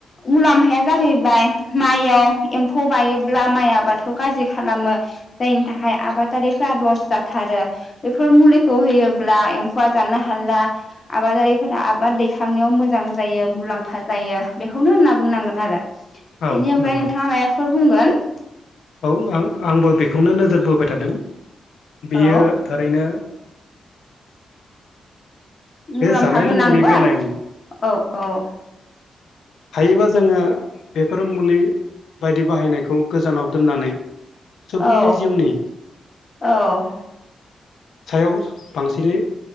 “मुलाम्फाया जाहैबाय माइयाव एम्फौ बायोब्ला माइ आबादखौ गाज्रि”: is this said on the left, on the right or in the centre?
Left